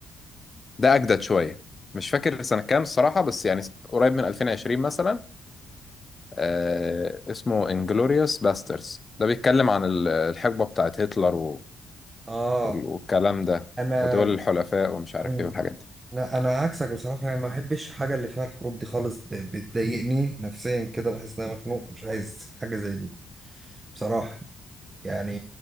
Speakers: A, on the left; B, on the right.
A: ده أجدد شوية مش فاكر سنة كام الصراحة بس يعني قريب من 2020 مثلا آه، اسمه انجلوريوس باسترز ده بيتكلم عن ال- الحقبة بتاعت هتلر و-
B: آه
A: وال- والكلام ده
B: أنا
A: ودول الحلفاء ومش عارف
B: مم.
A: ايه والحاجات دي
B: لا أنا عكسك بصراحة أنا ما بحبش الحاجة اللي فيها الحروب دي خالص ب... بتضايقني نفسيا كده بحس إن أنا مخنوق مش عايز حاجة زي دي بصراحة يعني